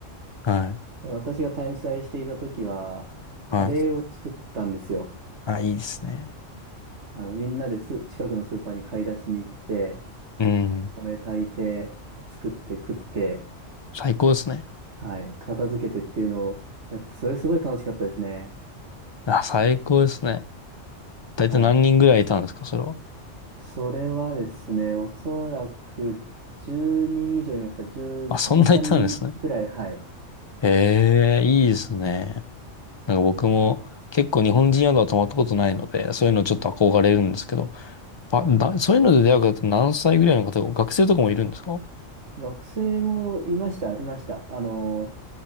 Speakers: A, on the left (about 35°); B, on the right (about 65°).
A: はい。
B: 私が滞在していた時は、カレーを作ったんですよ。
A: はい。あ、いいですね。
B: あの、みんなです、近くのスーパーに買い出しに行って、
A: うん。
B: お米炊いて、作って食って、
A: 最高ですね。
B: はい、片付けてっていうのをやって、それすごい楽しかったですね。
A: あ、最高ですね。大体何人ぐらいいたんですか、
B: はい。
A: それは。
B: それはですね、おそらく10人以上いました。12、
A: あ、そんないたんですね。
B: 3人ぐらい、はい。
A: ええ、いいですね。なんか僕も結構日本人宿は泊まったことないので、そういうのちょっと憧れるんですけど、
B: はい。
A: ばだ、
B: はい。
A: そういうので出会う方って何歳ぐらいの方が、学生とかもいるんですか
B: あ、学生もいました、いました。あの、